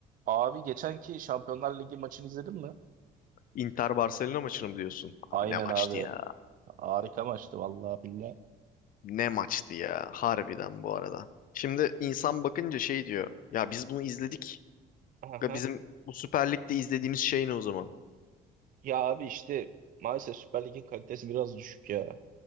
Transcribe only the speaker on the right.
Abi geçenki Şampiyonlar Ligi maçını izledin mi?
Aynen
abi.
Harika maçtı vallahi billahi.
Aha.
Ya abi işte maalesef Süper Lig'in kalitesi biraz düşük ya.